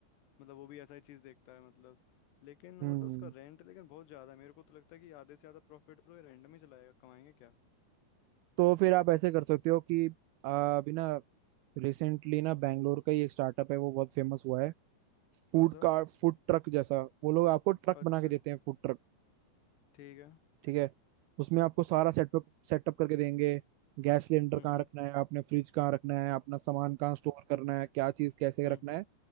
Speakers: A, on the left (about 75°); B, on the right (about 85°).
A: मतलब वो भी ऐसा ही चीज देखता है मतलब लेकिन
B: हम्म
A: मतलब उसका रेंट लेकिन बहुत ज्यादा है मेरे को तो लगता है कि आधे से ज्यादा प्रॉफिट तो रेंट में ही चलाएगा कमाएंगे क्या
B: तो फिर आप ऐसे कर सकते हो कि आ, अभी ना रिसेंटली ना बैंगलोर का ही एक स्टार्टअप है वो बहुत फेमस हुआ है
A: कौन
B: फूड
A: सा
B: का फूड ट्रक जैसा वो लोग आपको ट्रक
A: अच्छा
B: बना के देते हैं फूड ट्रक।
A: ठीक है
B: ठीक है उसमें आपको सारा सेटअप सेटअप करके देंगे गैस सिलेंडर
A: हम्म
B: कहाँ
A: हम्म
B: रखना है आपने फ्रिज कहाँ रखना है अपना सामान कहाँ स्टोर करना है क्या चीज़ कैसे
A: हम्म
B: रखना
A: हम्म,
B: है